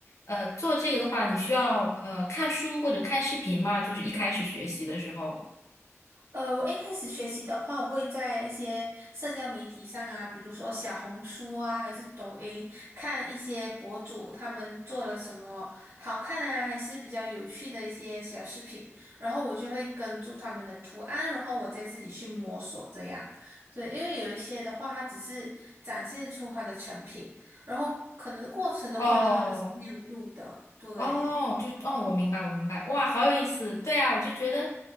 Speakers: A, on the left (about 75°); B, on the right (about 55°).
A: 呃，做这个的话，你需要呃看书或者看视频吗？就是一开始学习的时候。
B: 呃，我一开始学习的话，我会在一些社交媒体上啊，比如说小红书啊，还是抖音，看一些博主他们做了什么好看啊，还是比较有趣的一些小视频，然后我就会跟住他们的图案，然后我再自己去摸索这样。对，因为有一些的话，它只是展现出它的成品，然后可能过程的话呢，
A: 哦
B: 他们是没有录的。对，
A: 哦，就哦，我明白，我明白，哇，好有意思。对啊，我就觉得